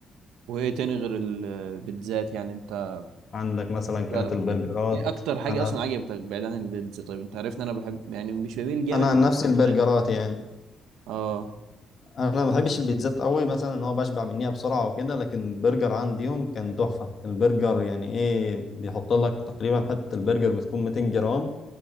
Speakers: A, on the right (about 85°); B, on the left (about 50°).
A: وايه تاني غير البيتزات يعني انت
B: عندك مثلا كانت
A: سألك
B: البرجرات
A: ايه اكتر حاجه
B: انا
A: اصلا عجبتك بعيد عن البيتزا طيب انت عارف ان انا بحب يعني مش بميل جامد
B: انا عن نفسي
A: للمعجنات
B: البرجرات يعني
A: اه
B: انا ما بحبش البيتزات قوي مثلا ان هو بشبع منيها بسرعه وكده لكن البرجر عنديهم كان تحفه البرجر يعني ايه بيحط لك تقريبا حته البرجر بتكون 200 جرام